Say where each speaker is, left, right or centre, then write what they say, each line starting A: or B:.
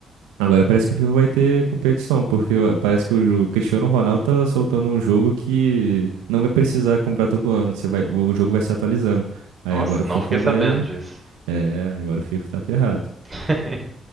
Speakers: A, on the right (about 80°); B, on the right (about 25°).
A: Agora parece que o FIFA vai ter competição, porque o- parece que o o Cristiano Ronaldo tá soltando um jogo que não vai precisar comprar todo ano. Você vai, o jogo vai se atualizando. Aí
B: Nossa,
A: agora
B: não
A: o FIFA
B: fiquei sabendo
A: vai.
B: disso.
A: É, agora o FIFA tá ferrado.
B: <laughs>